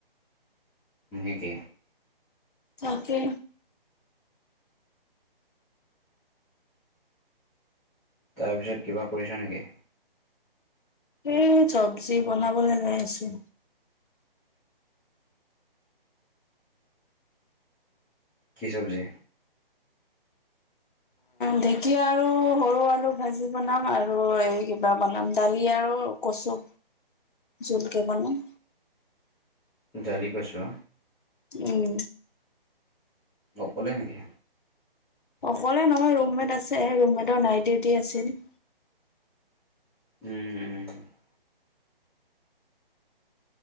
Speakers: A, in the centre; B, on the left (about 55°).
A: নেকি।
B: তাকে।
A: তাৰপিছত কিবা কৰিছা নেকি?
B: এই চবজি বনাবলে লৈ আছোঁ।
A: কি চবজি?
B: ঢেঁকীয়া আৰু সৰু আলু ভাজি বনাম, আৰু এই কিবা বনাম দালি আৰু কচু। জোল কে বনাম।
A: জালি কচু।
B: উম।
A: অকলে নিকি?
B: অকলে নহয় ৰুমমেট আছে, ৰুমমেটৰ নাইট ডিউটি আছিল।
A: উম। উম।